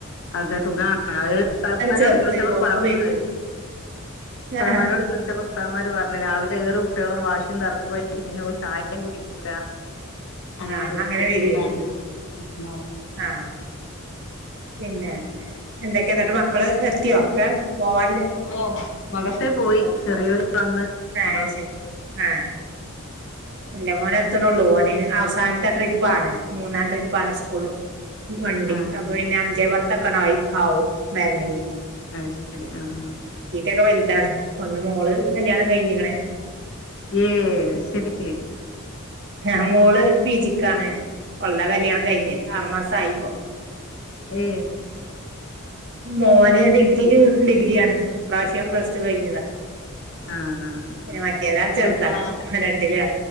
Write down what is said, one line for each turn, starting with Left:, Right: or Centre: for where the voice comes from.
Left: അതെ സുഖാണ് അഹ് ഉസ്താദ് മാരോട്
Right: ചെറുത്
Left: ചോദിച്ചപ്പോ
Right: ഓപ്പ
Left: പറഞ്ഞഹ്
Right: വരും
Left: ഉസ്താദ്
Right: ആ ആ
Left: മാരോട് ചോദിച്ചപ്പോ ഉസ്താദ് ന്മാര് പറഞ്ഞു രാവിലെ ഏറ് കുട്ടികളും വാശി <unintelligible> തറക്കൊയിട്ട് പിന്നെ ഓല് ചായം കുടിക്കൂല അങ്ങനെക്കെട്ടാണ്
Right: ആ അങ്ങനെ വരുവേ
Left: ആാ
Right: ആ പിന്നെ എന്തൊക്കെന്നട്ട് മക്കള് എത്തിയോ ഒക്കെ പോവാന്
Left: ഓ മദർസെ പോയി ചെറിയൊരു വന്ന്
Right: ആ
Left: മദ്രസ
Right: ശരി
Left: പോയി
Right: ആ എന്റെ മോനെ എത്തണള്ളൂ ഓന് അവസാനത്തെ ട്രിപ്പാണ് മൂന്നാം ട്രിപ്പാണ് സ്കൂള് വണ്ടി
Left: ആ
Right: അപ്പൊ പിന്നെ അഞ്ചേ പത്തക്കണായി ആാവും വെരണെങ്കിൽ
Left: അ ശരി ആഹ
Right: കുയൊക്കെ വലുതാണ് ഒന്ന് മോള് കല്യാണം കഴിഞ്ഞിക്ക്ണ്
Left: ഏ ശരി
Right: ഏ മോള് പീജിക്കാണ് ഓൾടെ കല്യാണം കഴിഞ് ആറുമാസം ആയിപ്പോ
Left: ഏ
Right: മോന് ഡിഗ്രി ഈ ഡിഗ്രിയാണ് ഇ പ്രാവശ്യം പ്ലസ് ടു കഴിഞ്ഞതാ
Left: ആ ആ
Right: പിന്നെ
Left: ആഎത്ര
Right: മറ്റേതാ ചെറുതാ
Left: കുട്ടികള
Right: രണ്ടിലാ